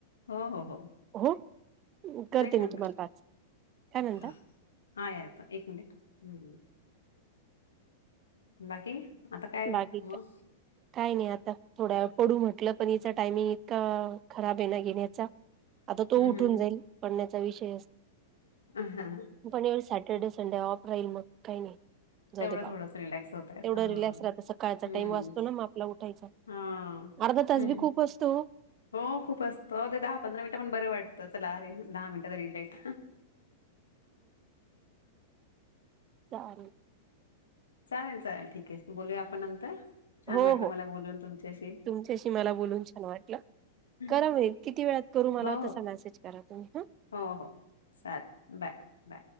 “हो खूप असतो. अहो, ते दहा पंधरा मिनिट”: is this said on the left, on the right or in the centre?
Left